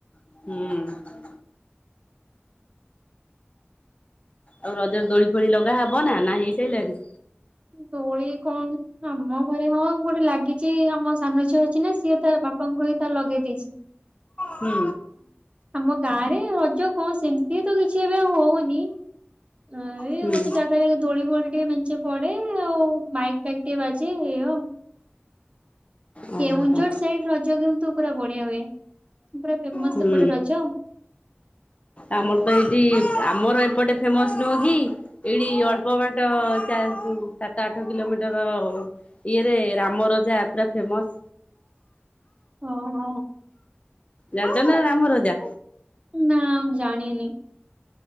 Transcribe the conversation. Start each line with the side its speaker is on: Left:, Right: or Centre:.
Left: ହୁଁ। ଆଉ ରଜରେ ଦୋଳି ଫୋଳି ଲଗା ହବ ନା ହେଇସାଇଲାଣି।
Right: ଦୋଳି କଣ ଆମ ଘରେ ହଁ ଗୋଟେ ଲାଗି ଚି ଆମ ସାନ ଝିଅ ଅଛି ନା ସିଏ ତାର ବାପାଙ୍କୁ କହିକି ତାର ଲଗେଇ ଦେଇଚି।
Left: ହୁଁ।
Right: ଆମ ଗାଁରେ ରଜ କଣ ସେମିତି ତ କିଛି ଏବେ ଆଉ ହୋଉନି। ହଁ ଏଇ
Left: ହୁଁ।
Right: ଗୋଟେ ଜାଗାରେ ଦୋଳି ଫୋଳି ଟିକେ ମେଞ୍ଚେ ପଡେ ଆଉ ମାଇକ୍ ଫ୍ୟାଇକ୍ ଟିକେ ବାଜେ ଏ ଆଉ
Left: ଓହୋ।
Right: କେଉଁଝର ସାଇଡ୍ ରଜ କିନ୍ତୁ ପୁରା ବଢିଆ ହୁଏ। ପୁରା ଫେମସ୍
Left: ହୁଁ
Right: ସେପଟେ ରଜ ଆଉ।
Left: ଆମର ତ ଏଇଠି ଆମରେ ଏପଟେ ଫେମସ ନୁହଁ କି। ଏଇଠି ଅଳ୍ପ ବାଟ ଚା ରି ସାତ ଆଠ କିଲୋମିଟର ହବ। ଇଏରେ ରାମରଜା ପୁରା ଫେମସ୍।
Right: ଓହୋ।
Left: ଜାଣିଚ ନା ରାମରଜା?
Right: ନାଁ ଜାଣିନି।